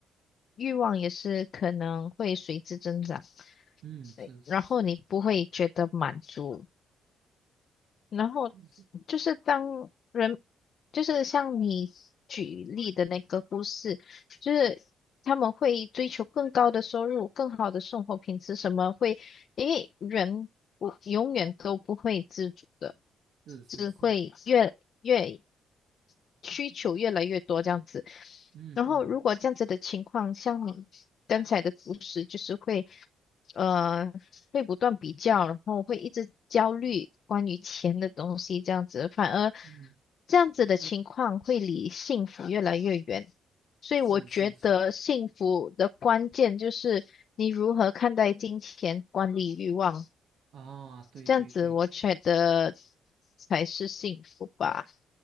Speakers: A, on the left; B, on the right.
A: 欲望也是可能会随之增长，
B: 嗯是是是
A: 对，然后你不会觉得满足，然后
B: 是
A: 就是当人，就是像你举例的那个故事，就是他们会追求更高的收入、更好的生活品质，什么会，因为人不永远都不会知足的。
B: 是是是，
A: 只会越越需求越来越多这样子。
B: 嗯嗯
A: 然后如果这样子的情况，像你刚才的故事，就是会呃会不断比较，然后会一直焦虑关于钱的东西这样子，反而
B: 嗯，
A: 这样子的情况会离幸福越来越远。所以我觉得幸福的关键就是你如何看待金钱、
B: 是是是，
A: 管理欲望，
B: 啊，对对对。
A: 这样子我觉得才是幸福吧。